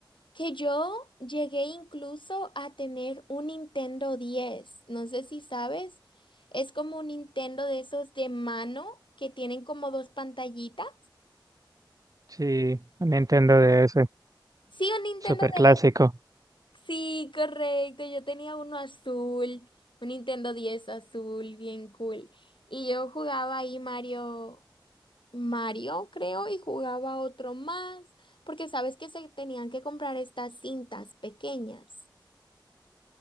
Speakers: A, on the left; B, on the right.
A: que yo llegué incluso a tener un Nintendo diez No sé si sabes. Es como un Nintendo de esos de mano que tienen como dos pantallitas.
B: Sí, un Nintendo DS,
A: Sí, un Nintendo
B: súper
A: de...
B: clásico.
A: Sí, correcto. Yo tenía uno azul, un Nintendo diez azul, bien cool. Y yo jugaba ahí Mario, Mario, creo, y jugaba otro más, porque sabes que se tenían que comprar estas cintas pequeñas.